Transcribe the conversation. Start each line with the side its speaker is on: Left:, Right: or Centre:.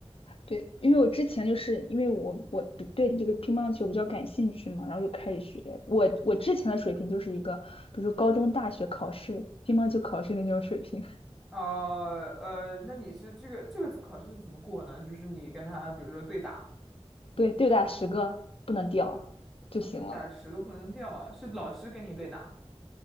Left: 对，因为我之前就是因为我我比对这个乒乓球比较感兴趣嘛，然后就开始学。我我之前的水平就是一个，比如说高中、大学考试乒乓球考试那种水平，
Centre: 呃呃，那你是这个这个考试是怎么过呢？就是你跟他，比如说对打
Left: <laughs> 对，对打十个不能掉就行了。
Centre: 啊，对打十个不能掉啊，是老师跟你对打